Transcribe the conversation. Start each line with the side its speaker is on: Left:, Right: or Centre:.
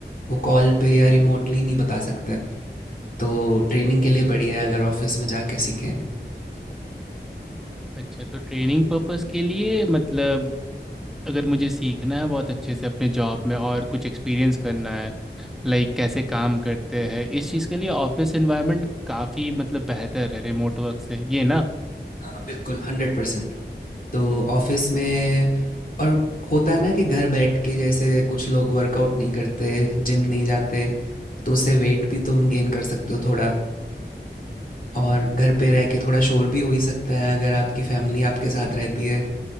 Left: वो कॉल पे या रिमोटली नहीं बता सकते तो ट्रेनिंग के लिए बढ़िया है अगर ऑफिस में जाके सीखें
Centre: अच्छा तो ट्रेनिंग पर्पस के लिए मतलब अगर मुझे सीखना है बहुत अच्छे से अपने जॉब में और कुछ एक्सपीरियंस करना है लाइक कैसे काम करते हैं इस चीज़ के लिए ऑफिस एनवायरनमेंट काफ़ी मतलब बेहतर है रिमोट वर्क से ये ना
Left: हाँ बिल्कुल हंड्रेड परसेंट तो ऑफिस में और होता है ना कि घर बैठ के जैसे कुछ लोग वर्कआउट नहीं करते जिम नहीं जाते तो उससे वेट भी तुम गेन कर सकते हो थोड़ा और घर पे रह के थोड़ा शोर भी हो ही सकता है अगर आपकी फैमिली आपके साथ रहती है